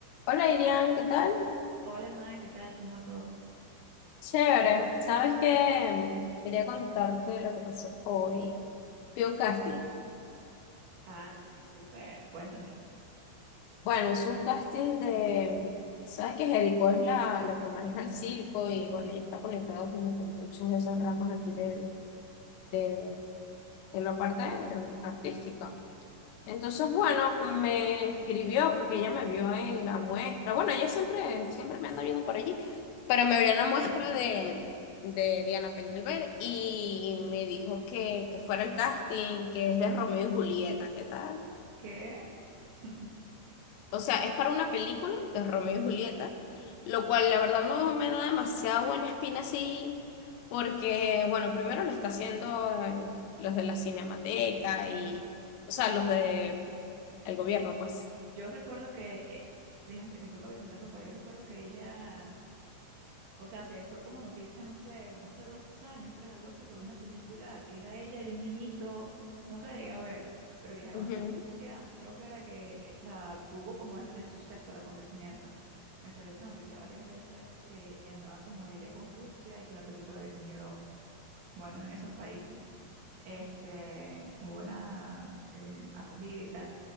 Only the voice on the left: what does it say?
Hola Irian, ¿qué tal?
Chévere. ¿Sabes qué? Quería contarte lo que pasó hoy. Fui a un casting.
Bueno, es un casting de... ¿Sabes que Jericó es la, la que maneja el circo y bueno, ella está conectado como con muchas de esas ramas aquí de, de, de la parte artística. Entonces, bueno, me escribió porque ella me vio en la muestra. Bueno, ella siempre, siempre me anda viendo por allí, pero me vio en la muestra de, de Diana Peñalver y me dijo que, que fuera el casting, que es de Romeo y Julieta, ¿qué tal?
O sea, es para una película de Romeo y Julieta, lo cual la verdad no me da demasiada buena espina así, porque, bueno, primero lo está haciendo el- los de la Cinemateca y, o sea, los de el gobierno, pues.
Ujú.